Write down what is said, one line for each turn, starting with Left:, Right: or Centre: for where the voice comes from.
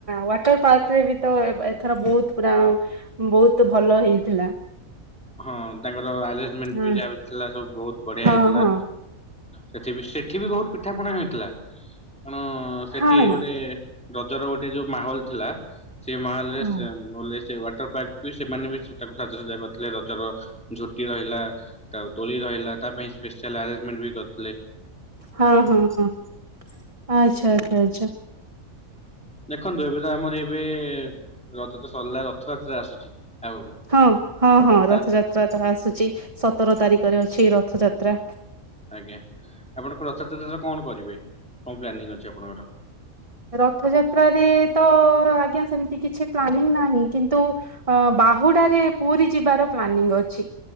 Right: ୱାଟର ପାର୍କ ରେ ବି ତ ଏଥର ବହୁତ ପୁରା ବହୁତ ଭଲ ହେଇଥିଲା।
Centre: ହଁ ତାଙ୍କର ଆରେ୍ଜମଣ୍ଟ
Right: ହଁ
Centre: ବି ଯାହାବି ଥିଲା ସବୁ ବହୁତ ବଢିଆ
Right: ହଁ
Centre: ହେଇଥିଲା।
Right: ହଁ
Centre: ସେଠି ବି ସେଠି ବି ବହୁତ ପିଠା ପଣା ହେଇଥିଲା କଣ ସେଠି
Right: ହଁ ନା
Centre: ଗୋଟେ ରଜର ଗୋଟେ ଯୋଉ ମାହୋଲ ଥିଲା ସେ ମାହଲ ରେ
Right: ହଁ
Centre: ସେ ସେ ୱାଟର ପାର୍କକୁ ସେମାନେ ବି ସେ ତାାକୁ ସାଜସଜା କରିଥିଲେ। ରଜର ଝୋଟି ରହିଲା। ତା ଦୋଳି ରହିଲ ତା ପାଇଁ ସ୍ପେଶାଲ ଆରେଞ୍ଜମେଣ୍ଟ ବି କରି
Right: ହଁ ହଁ ହଁ ଆଚ୍ଛା ଆଚ୍ଛା ଆଚଛା।
Centre: ଦେଖନ୍ତୁ ଏବେ ତ ଆମର ଏବେ ରଜ ତ ସରିଲା ରଥଯାତ୍ରା ଆସୁଛି। ଆଗକୁ।
Right: ହଁ ହଁ ହଁ
Centre: ତା
Right: ରଥଯାତ୍ରା ତାହା ଆସୁଛି। ସତର ତାରିଖରେ ଅଛି ରଥଯାତ୍ରା।
Centre: ଆଜ୍ଞା ଆପଣଙ୍କ ରଥଯାତ୍ରାରେ କଣ କରିବେ? କଣ ପ୍ଲାନିଂ ଅଛି ଆପଣଙ୍କର?
Right: ରଥଯାତ୍ରାରେରେ ତ ଆଜ୍ଞା ସେମିତି କିଛି ପ୍ଲାନିଂ ନାହିଁ। କିନ୍ତୁ ବାହୁଡାରେ ପୁରୀ ଯିବାର ପ୍ଲାନିଂ ଅଛି।